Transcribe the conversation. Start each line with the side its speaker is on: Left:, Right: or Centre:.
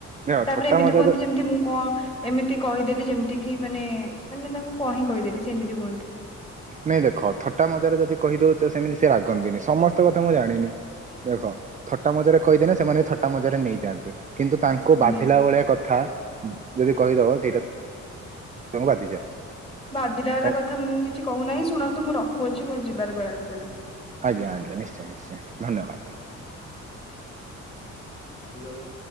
Right: ନା
Left: ତାପରେ
Right: ଥଟ୍ଟା
Left: ଏମିତି
Right: ମଜା
Left: କୁହନ୍ତି ଯେମିତି ମୁଁ କଣ ଏମିତି କହିଦେଲି ଯେମିତି କି ମାନେ ମାନେ ତାଙ୍କୁ କାହିିଁ କହିଦେଲି ସେ ସେମିତି ହୁଅନ୍ତି।
Right: ନାଇଁ ଦେଖ ଥଟା ମଜାରେ ଯଦି କହିଦଉ ଚ ସେମିତି ସେ ରାଗନ୍ତିନି ସମସ୍ତ କଥା ମୁଁ ଜାଣିନି ଦେଖ ଥଟା ମଜରେ କହିଦେନେ ସେମାନେ ଥଟା ମଜାରେ ନେଇଯାଆନ୍ତି କିନ୍ତୁ ତାଙ୍କୁ
Left: ଆଜ୍ଞା।
Right: ବାଧିଲା ଭଳିଆ କଥା ଯଦି କହିଦବ ସେଇଟା ତାଙ୍କୁ ବାଧିଯାଏ।
Left: ବାଧିଲା ବାଲା
Right: ତ
Left: କଥା ମୁଁ କିଛି କହୁନାହିଁ ଶୁଣନ୍ତୁ ମୁଁ ରଖୁଚି ମୋର ଯିବାରେ ବେଳେ ଆସିଗଲା।
Right: ଆଜ୍ଞା ଆଜ୍ଞା ନିଶ୍ଚୟ ନିଶ୍ଚୟ ଧନ୍ୟବାଦ।
Left: ହ୍ୟାଲୋ।